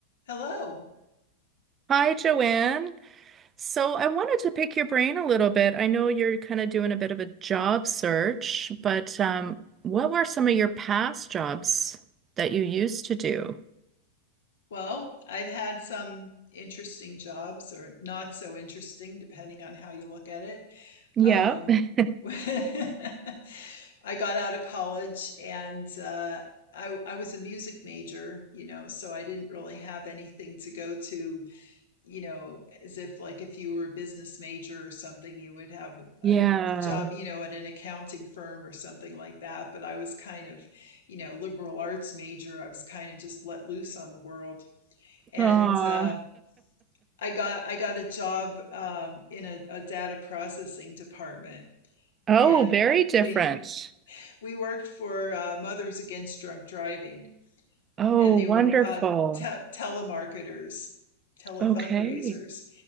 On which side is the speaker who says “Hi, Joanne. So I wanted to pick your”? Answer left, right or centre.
Right